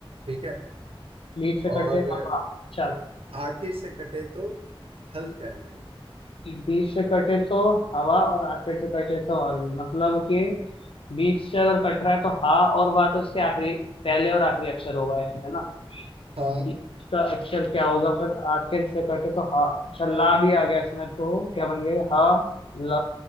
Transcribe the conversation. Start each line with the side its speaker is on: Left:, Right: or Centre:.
Right: ठीक है
Left: बीच से
Right: और
Left: कटे हवा अच्छा
Right: आखिर से कटे तो हल कहलाऊं
Left: बीच से कटे तो हवा और आखिर से कटे तो हवा मतलब कि बीच से अगर कट रहा है तो हा और वाह तो इसके आखिरी पहले और आखिरी अक्षर होगा इसमें, है ना
Right: हाँ
Left: डी का अक्षर क्या होगा फिर आखिर से कटे तो हा अच्छा ला भी आ गया इसमें तो क्या बन गए ह ल